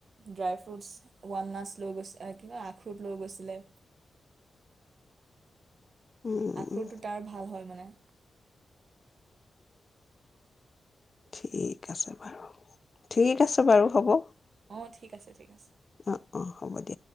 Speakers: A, on the right; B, on the left.
A: ড্ৰাই ফ্ৰুটছ ৱালনাটছ লৈ গৈছে কি কয় আখ্ৰুট লৈ গৈছিলে
B: উম,
A: আখুৰটো
B: উম,
A: তাৰ ভাল হয় মানে
B: ঠিক আছে বাৰু ঠিক আছে বাৰু হ'ব
A: অ ঠিক আছে ঠিক আছে
B: অ', অ', হ'ব দিয়া।